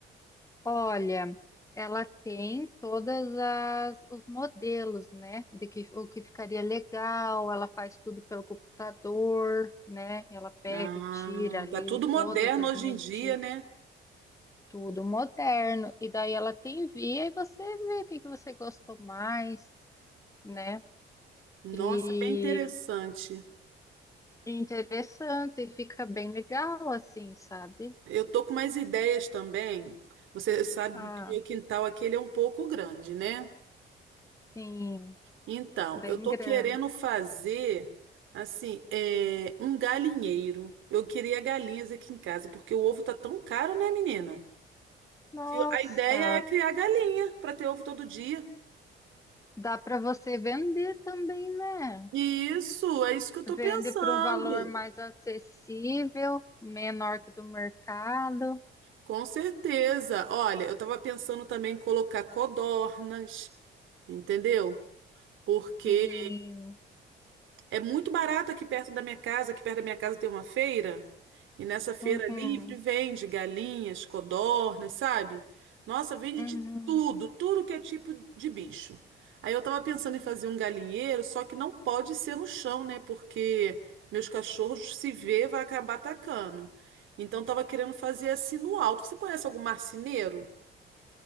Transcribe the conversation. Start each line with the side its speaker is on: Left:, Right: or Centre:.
Left: Olha, ela tem todas as os modelos, né? De que o que ficaria legal, ela faz tudo pelo computador, né? Ela pega
Right: Ah,
Left: e tira ali
Right: tá tudo moderno
Left: todas as
Right: hoje
Left: medidas
Right: em dia, né?
Left: tudo moderno. E daí ela te envia e você vê o que que você gostou mais, né?
Right: Nossa,
Left: E
Right: bem interessante.
Left: é interessante, e fica bem legal assim, sabe?
Right: Eu tô com umas ideias também. Você sabe
Left: Ah,
Right: que meu quintal aqui ele é um pouco grande, né?
Left: sim,
Right: Então,
Left: bem
Right: eu tô
Left: grande.
Right: querendo fazer assim, é, um galinheiro. Eu queria galinhas aqui em casa, porque o ovo tá tão caro, né, menina?
Left: Nossa,
Right: Que a ideia é criar galinha para ter ovo todo dia.
Left: dá para você vender também, né?
Right: Isso, é isso que eu tô
Left: Vende
Right: pensando.
Left: por um valor mais acessível, menor que o do mercado.
Right: Com certeza. Olha, eu tava pensando também em colocar codornas, entendeu? Porque
Left: Sim.
Right: É muito barato aqui perto da minha casa. Aqui perto da minha casa tem uma feira. E nessa feira
Left: Uhum,
Right: livre vende galinhas, codornas, sabe? Nossa, vende
Left: uhum.
Right: de tudo, tudo que é tipo de bicho. Aí eu tava pensando em fazer um galinheiro, só que não pode ser no chão, né? Porque meus cachorros se vê, vai acabar atacando. Então tava querendo fazer assim no alto. Você conhece algum marceneiro?